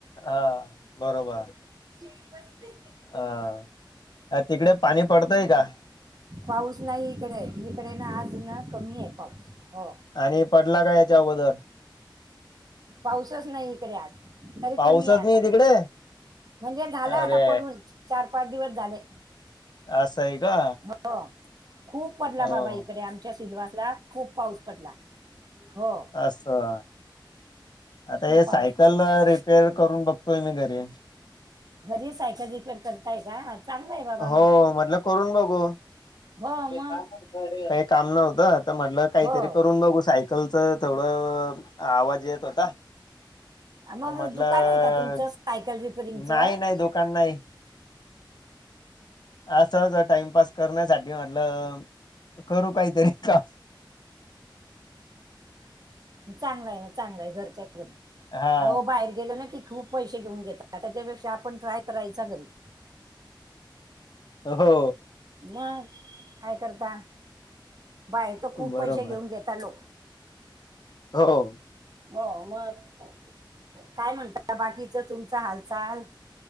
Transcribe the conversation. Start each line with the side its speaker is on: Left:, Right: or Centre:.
Left: अ बरोबर.
Right: खिळी पचतंय.
Left: अ तिकडे पाणी पडतंय का?
Right: पाऊस नाही इकडे, इकडे ना आज ना कमी आहे पाऊस. हो
Left: आणि पडला का याच्या अगोदर
Right: पाऊसच नाई इकडे आज, तरी
Left: पाऊसच
Right: कमी आहे आता
Left: नाही तिकडे?
Right: म्हणजे झालं
Left: अरे!
Right: आता पडून, चार- पाच दिवस झाले.
Left: असं है का?
Right: हो.. खूप पडला
Left: हो.
Right: बाबा इकडे आमच्या सिल्वासला खूप पाऊस पडला. हो
Left: असं.. आता
Right: खूप
Left: हे सायकल
Right: पाऊस पडला
Left: रिपेअर करून बघतोय मी घरी
Right: घरी सायकल रिपेअर करताय का? चांगलं आहे बाबा मग
Left: हो.. म्हटलं करून बघू.
Right: हो मग
Left: काही काम नव्हतं तर म्हटलं काहीतरी
Right: हो
Left: करून बघू साय कलच तेवढं अ.. आवाज येत होता.
Right: मग
Left: म्हट..
Right: दुकान
Left: लं
Right: आहे का तुमचं सायकल रिपेअरिंगचं
Left: नाही.. नाही.. दुकान नाही. असं.. अस टाइमपास करण्यासाठी म्हट.. लं करू काहीतरी काम. हं <unintelligible>
Right: चांगल आहे ना, चांगल आहे घरच्या घरी..
Left: हा
Right: आ.. वो बाहेर गेलो ना की खूप पैसे घेऊन घेतात, त्याच्यापेक्षा आपण ट्राय करायचा घरी
Left: अ.. हो
Right: मग.. काय करता, बाहेर तर खूप
Left: बरोबर
Right: पैसे घेऊन घे ता.. लो
Left: हो.. हो..
Right: हो, मग.. काय म्हणता बाकीच तुमच हालचाल?